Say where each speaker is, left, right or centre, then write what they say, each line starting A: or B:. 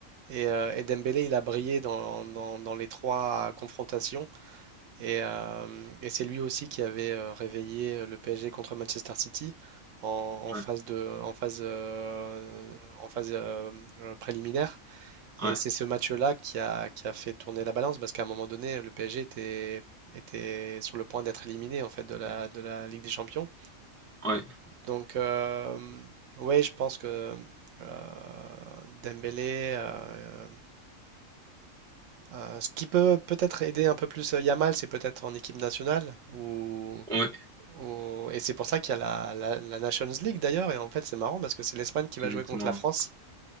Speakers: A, on the right; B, in the centre.
A: Et, euh, et Dembélé, il a brillé dans, dans- dans les trois confrontations. Et, euh, et c'est lui aussi qui avait euh, réveillé euh, le PSG contre Manchester City en, en
B: Ouais,
A: phase de, en phase, euh, en phase euh, euh, préliminaire. Et
B: ouais,
A: c'est ce match-là qui a, qui a fait tourner la balance parce qu'à un moment donné, le PSG était, était sur le point d'être éliminé en fait de la, de la Ligue des Champions.
B: ouais,
A: Donc, euh, ouais, je pense que euh, Dembélé. euh, Euh, ce qui peut peut-être aider un peu plus euh, Yamal, c'est peut-être en équipe nationale. Ou,
B: ouais,
A: ou- Et c'est pour ça qu'il y a la, la- la Nations League d'ailleurs. Et en fait, c'est marrant parce que c'est l'Espagne qui va
B: exactement.
A: jouer contre la France.